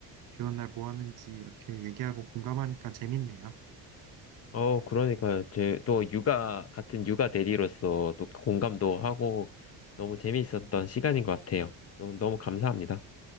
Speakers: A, on the right; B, on the left.
A: 비 오는 날 뭐 하는지 이렇게 얘기하고 공감하니까 재밌네요.
B: 어, 그러니까요. 제 또 육아, 같은 육아 대리로서 또 공감도 하고 너무 재미있었던 시간인 것 같아요. 너무, 너무 감사합니다.